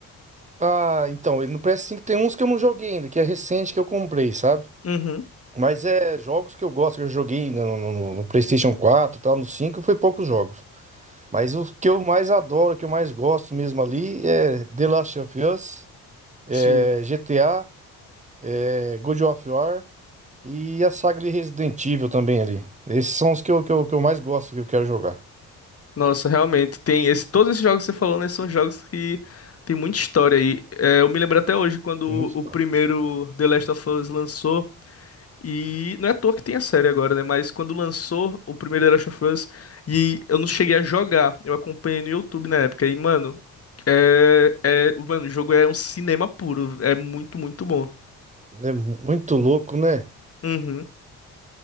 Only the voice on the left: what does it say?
Uhum,
sim.
Nossa, realmente. Tem esse, todos esses jogos que você falou, né, são jogos que tem muita história aí. É, eu me lembro até hoje quando
o, o primeiro The Last of Us lançou. E não é à toa que tem a série agora, né? Mas quando lançou o primeiro The Last of Us e eu não cheguei a jogar, eu acompanhei no YouTube na época. E, mano, é, é, mano, o jogo é um cinema puro. É muito, muito bom.
Uhum.